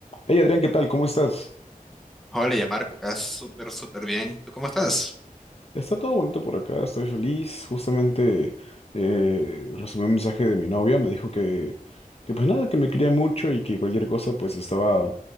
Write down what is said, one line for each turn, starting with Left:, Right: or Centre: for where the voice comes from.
Left: Hey Adrián, ¿qué tal? ¿Cómo estás?
Centre: Hola, ya Marco, acá súper, súper bien. ¿Tú cómo estás?
Left: Está todo bonito por acá, estoy feliz. Justamente eh, recibí un mensaje de mi novia, me dijo que, que pues nada, que me quería mucho y que cualquier cosa pues estaba,